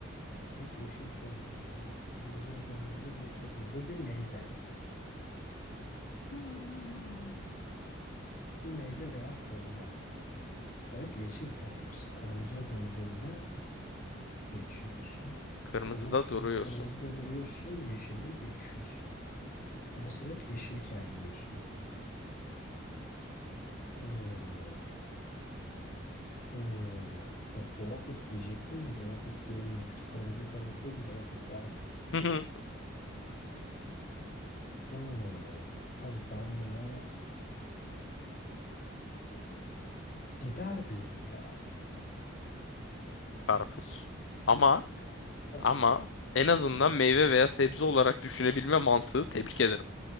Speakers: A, on the left; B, on the left.
A: Hep yeşilken yiyorsun. Kırmızıya döndüğünde geçiyorsun. Bu bir meyve.
B: Hmm.
A: Bir Meyve veya sebze. Sen hep yeşilken yiyorsun. Kırmızıya döndüğünde geçiyorsun.
B: Kırmızıda
A: Durursun.
B: duruyorsun.
A: Kırmızıda duruyorsun. Yeşille geçiyorsun. Ama sen hep yeşilken yiyorsun. Hmm. Hmm. Ya domates diyecektim de domates diyemiyorum. Bir kırmızı iken yeseydim domates derdim.
B: <laughs>
A: Hmm. Abi ben buna biber diyorum ya.
B: Karpuz. Ama
A: Ya of
B: ama
A: ya.
B: en azından meyve veya sebze olarak düşünebilme mantığı tebrik ederim.